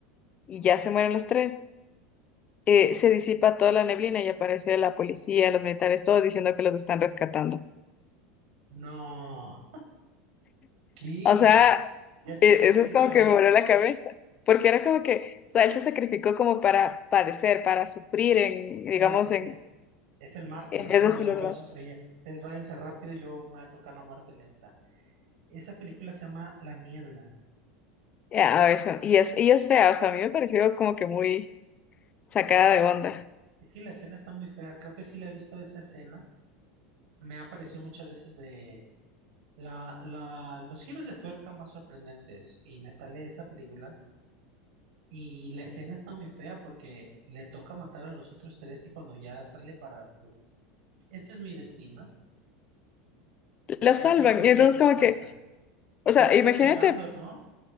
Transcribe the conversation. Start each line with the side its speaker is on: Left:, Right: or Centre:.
Left: y ya se mueren los tres, eh, se disipa toda la neblina y aparece la policía, los militares, todos diciendo que los están rescatando.
Right: No. ¿Qué?
Left: O sea,
Right: Ya sé
Left: eh,
Right: cuál película
Left: eso es como que
Right: es.
Left: me voló la cabeza, porque era como que, o sea, él se sacrificó como para padecer, para sufrir en,
Right: Sí,
Left: digamos,
Right: sí, sí.
Left: en,
Right: Es el mártir,
Left: en
Right: ¿no?
Left: vez de
Right: Yo
Left: si los
Right: voy a sufrir. Ustedes váyanse rápido, yo me va a tocar la muerte lenta. Esa película se llama La Niebla.
Left: Ya, a veces- y es, y es fea, o sea, a mí me pareció como que muy sacada de onda.
Right: Es que la escena está muy fea. Creo que sí la he visto esa escena. Me ha aparecido muchas veces de la, la, los giros de tuerca más sorprendentes. Y me sale esa película. Y la escena está muy fea porque le toca matar a los otros tres y cuando ya sale para, pues, ese es mi destino.
Left: Lo
Right: Y
Left: salvan,
Right: ya llegan y
Left: y entonces
Right: lo rescatan.
Left: como que, o
Right: Y
Left: sea,
Right: él se
Left: imagínate,
Right: queda llorando, ¿no?